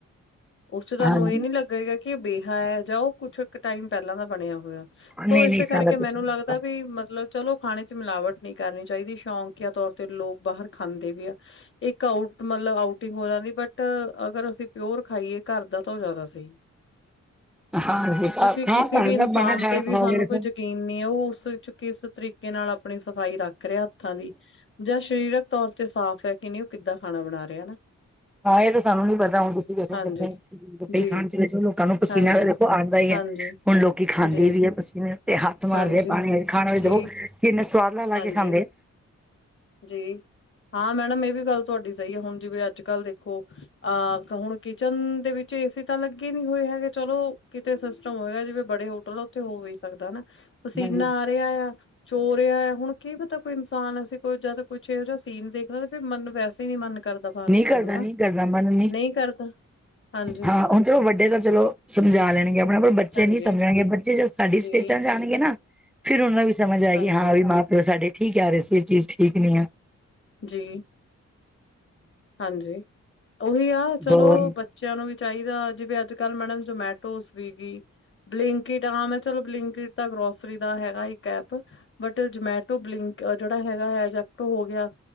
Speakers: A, on the left; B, in the centre.
A: ਉਸ'ਚ ਤੁਹਾਨੂੰ
B: ਹਾਂਜੀ
A: ਇਹ ਨੀ ਲੱ ਲੱਗੇਗਾ ਕਿ, ਇਹ ਬੇਹਾ ਹੈ, ਜਾਂ ਉਹ ਕੁੱਛ ਕੁ ਟਾਈਮ ਪਹਿਲਾਂ ਦਾ ਬਣਿਆ ਹੋਇਆ। ਸੋ
B: ਨਹੀਂ
A: ਇਸੇ
B: ਨਹੀਂ ਇਸ
A: ਕਰਕੇ
B: ਤਰ੍ਹਾਂ ਦਾ ਕੁਛ
A: ਮੈਨੂੰ
B: ਨੀ ਹੁੰਦਾ
A: ਲੱਗਦਾ ਵੀ, ਮਤਲਬ ਚਲੋ, ਖਾਣੇ ਮਿਲਾਵਟ ਨਹੀਂ ਕਰਨੀ ਚਾਹੀਦੀ। ਸ਼ੌਂਕੀਆਂ ਤੌਰ ਤੇ, ਲੋਕ ਬਾਹਰ ਖਾਂਦੇ ਵੀ ਆ। ਇੱਕ ਆਊਟ, ਮਤਲਬ ਆਊਟਿੰਗ ਹੋ ਜਾਂਦੀ, ਬਟ ਅਗਰ ਅਸੀਂ ਪਿਓਰ ਖਾਈਏ ਘਰ ਦਾ ਤੋ, ਜ਼ਿਆਦਾ ਸਹੀ।
B: ਹਾਂਜੀ
A: ਕਿਉਂਕਿ
B: ਹਾਂ
A: ਕਿਸੇ
B: ਘਰ
A: ਵੀ ਇਨਸਾਨ
B: ਦਾ ਬਣਾ ਖਾਣਾ
A: ਤੇ ਵੀ,
B: ਖਾਓਗੇ
A: ਸਾਨੂੰ
B: ਦੇਖੋ
A: ਕੋਈ ਯਕੀਨ ਨੀ ਹੈ, ਉਹ ਉਸ'ਚ ਕਿਸ ਤਰੀਕੇ ਨਾਲ ਆਪਣੀ ਸਫ਼ਾਈ ਰੱਖ ਰਿਹਾ ਹੱਥਾਂ ਦੀ। ਜਾਂ ਸਰੀਰਕ ਤੌਰ ਤੇ ਸਾਫ਼ ਹੈ, ਕਿ ਨਹੀਂ, ਉਹ ਕਿੱਦਾਂ ਖਾਣਾ ਬਣਾ ਰਿਹਾ ਹਨਾ?
B: ਹਾਂ, ਇਹ ਤਾਂ ਸਾਨੂੰ ਨੀ ਪਤਾ, ਹੁਣ ਤੁਸੀਂ ਦੇਖੋ
A: ਹਾਂਜੀ,
B: ਕਿਦੇ ਹੋ ਰੋਟੀ
A: ਜੀ,
B: ਖਾਣ ਚਲੇ ਜੋ ਲੋਕਾਂ ਨੂੰ ਪਸੀਨਾ
A: ਹਾਂਜੀ,
B: ਦੇਖੋ ਆਉਂਦਾ ਹੀਏ,
A: ਹਾਂਜੀ,
B: ਹੁਣ ਲੋਕੀ ਖਾਂਦੇ
A: ਜੀ,
B: ਵੀ ਨੇ ਪਸੀਨਾ ਤੇ ਹੱਥ ਮਾਰਦੇ
A: ਹਾਂਜੀ।
B: ਆ, ਪਾਣੀ ਵਿੱਚ ਖਾਣੇ ਵਿੱਚ
A: ਜੀ,
B: ਓ, ਕਿ ਇੰਨੇ ਸੁਆਦ ਨਾਲ ਲਾਕੇ
A: ਹਾਂਜੀ,
B: ਖਾਂਦੇ ਆ।
A: ਜੀ, ਹਾਂ ਮੈਡਮ ਇਹ ਵੀ ਗੱਲ ਤੁਹਾਡੀ ਸਹੀ ਹੈ, ਹੁਣ ਜਿਵੇਂ ਅੱਜ-ਕੱਲ ਦੇਖੋ ਅਹ, ਹੁਣ ਕਿਚਨ ਦੇ ਵਿੱਚ ਏਸੀ ਤਾਂ ਲੱਗੇ ਨਹੀਂ ਹੋਏ ਹੈਗੇ, ਚਲੋ ਕਿਤੇ ਸਿਸਟਮ ਹੋਏਗਾ ਜਿਵੇਂ ਬੜੇ ਮਤਲਬ, ਉੱਥੇ ਹੋ ਵੀ ਸਕਦਾ ਹਨਾ। ਪਸੀਨਾ
B: ਹਾਂਜੀ
A: ਆ ਰਿਹਾ ਯਾ, ਚੋ ਰਿਹਾ ਆ, ਹੁਣ ਕੀ ਪਤਾ ਕੋਈ ਇਨਸਾਨ ਅਸੀਂ ਕੋਈ ਜਾਦਾ ਕੁਛ ਇਹੋ ਜਿਹਾ ਸੀਨ ਦੇਖਦਾ, ਤੇ ਫਿਰ ਮਨ ਨੂੰ ਵੈਸ ਨੀ ਮਨ ਕਰਦਾ ਬਾਹਰ
B: ਨਹੀਂ
A: ਖਾਣ
B: ਕਰਦਾ
A: ਨੂੰ, ਹਨਾ,
B: ਨਹੀਂ ਕਰਦਾ ਮਨ
A: ਨਹੀਂ ਕਰਦਾ। ਹਾਂਜੀ
B: ਹਾਂ, ਹੁਣ ਚਲੋ ਵੱਡੇ ਤਾਂ ਚਲੋ ਸਮਝਾ
A: ਜੀ
B: ਲੈਣਗੇ ਆਪਣੇ-ਆਪ ਨੂੰ, ਬੱਚੇ
A: ਹਾਂਜੀ
B: ਨਹੀਂ ਸਮਝਣਗੇ, ਬੱਚੇ ਜ ਸਾਡੀ
A: ਜੀ
B: ਸਟੇਜਾਂ ਆਣਗੇ ਨਾ, ਫਿਰ ਉਹਨਾ ਨੂੰ ਵੀ ਸਮਝ ਆਏਗੀ,
A: ਹਾਂਜੀ
B: ਹਾਂ, ਵੀ ਮਾਂ-ਪਿਓ ਸਾਡੇ ਠੀਕ ਕਹਿ ਰਹੇ ਸੀ, ਇਹ ਚੀਜ਼ ਠੀਕ ਨਹੀਂ ਆ।
A: ਜੀ। ਹਾਂਜੀ। ਉਹੀ ਆ, ਚਲੋ
B: ਬਹੁਤ
A: ਬੱ ਬੱਚਿਆਂ ਨੂੰ ਵੀ ਚਾਹੀਦਾ, ਜਿਵੇਂ ਅੱਜ-ਕੱਲ ਮੈਡਮ ਜਮੈਟੋ, ਸਵੀਗੀ ਬਲਿੰਕੀਟ ਹਾਂ, ਮੈਂ ਚਲੋ ਬਲਿੰਕੀਟ ਤਾਂ ਗ੍ਰੌਸਰੀ ਦਾ ਹੈਗਾ, ਇੱਕ ਐਪ। ਬਟ ਜਮੈਟੋ, ਬਲਿੰਕ ਜਿਹੜਾ ਹੈਗਾ ਹੈ ਜੈਕਟੋ ਹੋਗਿਆ,